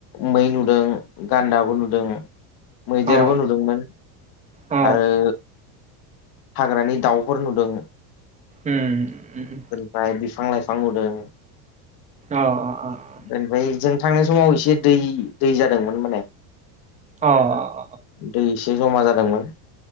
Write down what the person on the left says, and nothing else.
मै नुदों गान्दाबो नुदों। ओं मैदेरबो
नुदोंमोन
आरो हाग्रानि दाउफोर नुदों।
ओनफ्राय बिफां लाइफां नुदों।
ओमफ्राय जों थांनाय समाव एसे दै दै जादोंमोन माने
दै एसे जमा जादोंमोन